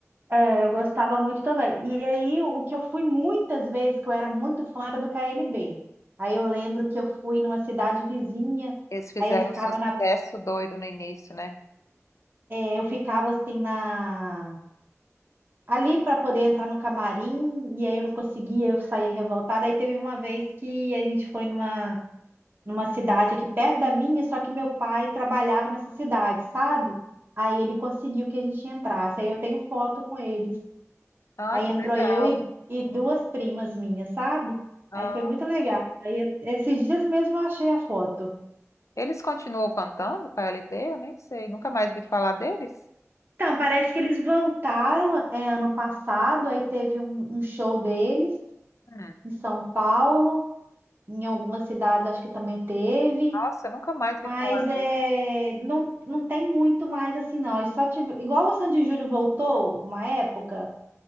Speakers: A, on the right (about 40°); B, on the left (about 75°).
A: É, eu gostava muito também. E aí o que eu fui muitas vezes, que eu era muito fã, era do KLB. Aí eu lembro que eu fui numa cidade vizinha,
B: Eles fizeram
A: aí eu ficava
B: um sucesso
A: na,
B: doido no início, né?
A: é, eu ficava assim na ali para poder entrar no camarim, e aí eu não conseguia, eu saía revoltada. Aí teve uma vez que a gente foi numa, numa cidade aqui perto da minha, só que meu pai trabalhava nessa cidade, sabe? Aí ele conseguiu que a gente entrasse. Aí eu tenho foto com eles.
B: Ah,
A: Aí
B: que
A: entrou
B: legal.
A: eu e, e duas primas minhas, sabe?
B: Ah,
A: Aí foi muito legal. Aí esses dias mesmo eu achei a foto.
B: eles continuam cantando com a LB? Eu nem sei. Nunca mais vi falar deles?
A: Então, parece que eles voltaram, é, ano passado, aí teve um um show deles
B: Hum.
A: em São Paulo. Em algumas cidades acho que também teve,
B: Nossa, eu nunca mais
A: mas
B: vi falar
A: é,
B: deles.
A: não, não tem muito mais assim, não. Eles Só tive, igual o Sandy Júnior voltou uma época,